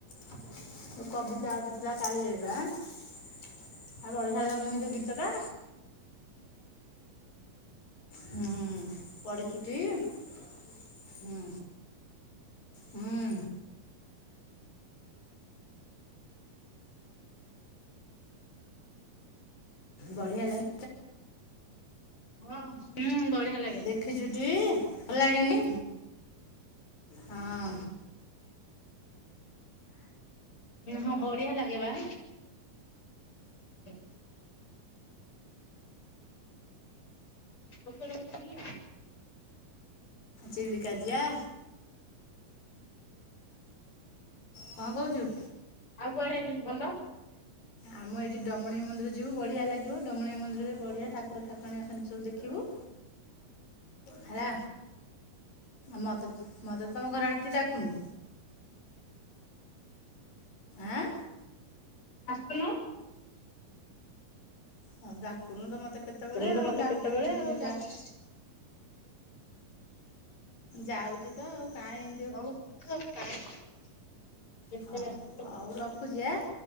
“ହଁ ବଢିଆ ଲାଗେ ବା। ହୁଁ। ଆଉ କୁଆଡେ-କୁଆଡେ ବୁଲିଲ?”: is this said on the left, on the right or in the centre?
Left